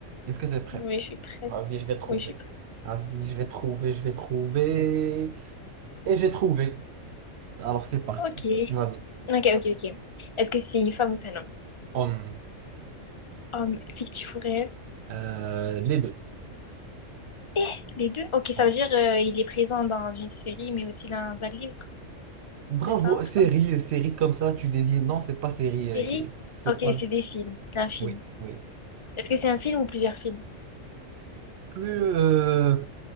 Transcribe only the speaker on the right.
Est-ce que tu es prête?
Vas-y, je vais trouver.
Vas-y, je vais trouver, je vais trouver. Et j'ai trouvé. Alors c'est parti.
Vas-y.
Hum,
euh, les deux.
Ouais.
Bravo,
série,
série comme ça, tu désignes. Non, c'est pas série. euh,
que- C'est
pas.
Oui, oui.
plus, euh,